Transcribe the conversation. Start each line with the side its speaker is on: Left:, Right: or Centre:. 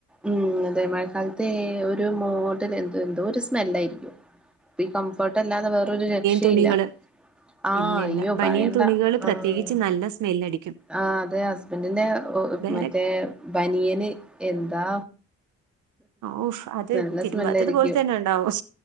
Centre: ഉം അതെ മഴക്കാലത്ത് അതെ ഒരു മോട്ടിൽ എന്തോ ഒരു സ്മെല്ലായിരിക്കും അപ്പ ഈ കംഫോർട്ട് അല്ലാതെ വേറൊരു രക്ഷയില്ല
Right: തുണികള്
Centre: ആഹ്
Right: ഇല്ലല്ല
Centre: അയ്യോ
Right: ബനിയൻ
Centre: പറയണ്ട
Right: തുണികള് പ്രത്യേകിച്ച്
Centre: ആഹ്
Right: നല്ല സ്മെല്ലടിക്കും
Centre: ആഹ് അതെ ഹസ്ബൻഡിന്റെ
Right: വേറെ
Centre: മറ്റേ ബനിയേന് എന്താ
Right: ഓശ് അത്
Centre: നല്ല
Right: തിരുമ്പാത്തത്
Centre: സ്മെല്ലായിരിക്കും
Right: പോലെ തന്നെ ഉണ്ടാവും